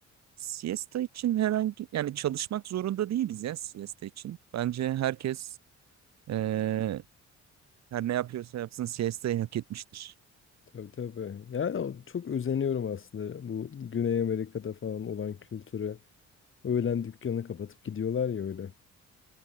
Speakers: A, on the right; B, on the left.
A: Siesta için herhangi yani çalışmak zorunda değiliz ya siesta için. Bence herkes eee, her ne yapıyorsa yapsın siestayı hak etmiştir.
B: Tabii tabii. Ya çok özeniyorum aslında bu Güney Amerika'da falan olan kültüre. Öğlen dükkanı kapatıp gidiyorlar ya öyle.